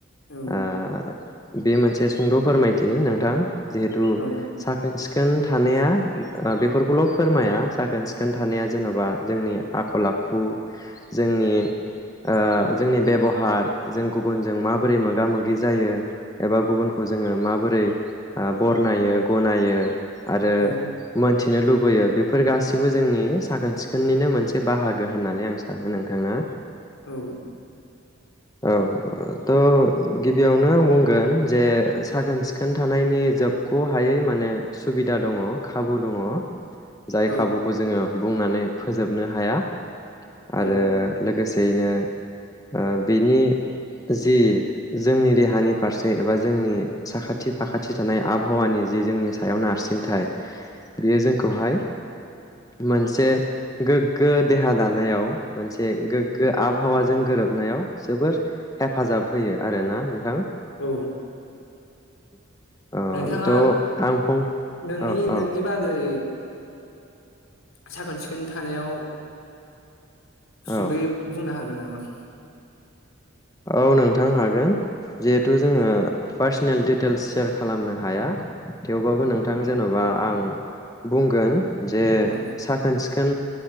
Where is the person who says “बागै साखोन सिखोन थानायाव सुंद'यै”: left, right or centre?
Left